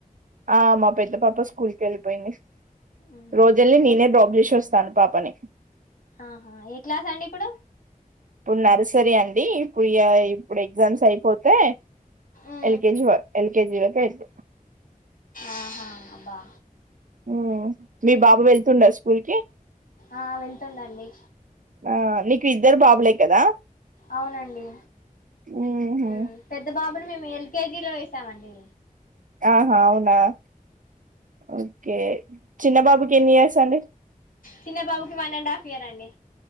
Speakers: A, on the right; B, on the left.
A: ఆ మా పెద్ద పాప స్కూల్ కెళ్పోయింది.
B: ఉహు
A: రోజెల్లీ నేనే
B: ఏ
A: డ్రాప్ చేశి వస్ తను పాపని
B: ఆహా ఏ క్లాస్ అండి ఇప్పుడు.
A: ఇప్పుడు నర్సరీ అండి ఇప్పుడు ఇగా ఇప్పుడు ఎగ్జామ్స్ అయిపో తె
B: ఉ
A: ఎల్కెజీ వా ఎల్కెజీ వరకు ఎళ్తది.
B: ఆహా అబ్బా
A: హ్ మీ బాబు వెళ్తుండా స్కూ కూల్కి
B: ఆ వెలుతుండండి.
A: ఆ నీకు ఇద్దరు బాబులే కదా.
B: అవునండి
A: ఉహు.
B: హ్ పెద్ద బాబును మేము ఎల్కేజీలో వేస్ స్తామండి.
A: ఆహా అవును. ఆ ఓకే చిన్నబాబుకి ఎన్ని ఇయర్స్. అండి.
B: చిన్నబాబుకి వనండ్ హాఫ్ ఇయర్ అండి.